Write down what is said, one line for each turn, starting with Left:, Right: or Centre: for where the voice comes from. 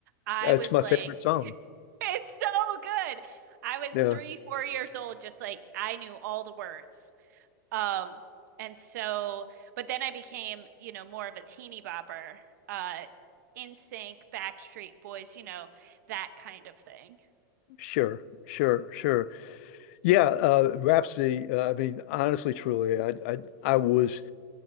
Right: I
Left: That's
Right: was
Left: my
Right: like,
Left: favorite song.
Right: <laughs> it's so good. I was
Left: Yeah,
Right: three, four years old, just like I knew all the words. Um, and so, but then I became, you know, more of a teeny bopper, uh, NSYNC, Backstreet Boys, you know, that kind of thing.
Left: sure, sure, sure. Yeah, uh, Rhapsody. Uh, I mean, honestly, truly, I, I I was